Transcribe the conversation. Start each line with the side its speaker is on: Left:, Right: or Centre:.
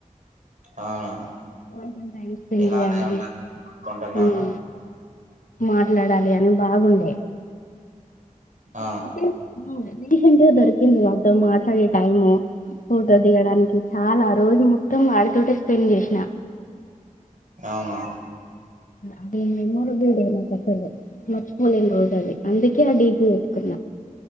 Right: అవునా
Left: వాళ్ళతో టైం స్పెండ్
Right: ఇలానే
Left: చేయాలి
Right: ఉన్నాాల కోరుకుంటున్నాను
Left: ఉమ్, మాట్లాడాలి అని బాగుండే
Right: ఆ
Left: కాకపోతే రీసెంట్ గా దొరికింది వాతో మాట్లాడే టైము ఫోటో దియడానికి చాలా రోజు మొత్తం వాడితోట స్పెండ్ చేసిన
Right: అవునా
Left: అది మెమోరబుల్ డేనా కసలు మర్చిపోని రోజు అది అందుకే ఆ డిపి పెట్టుకున్న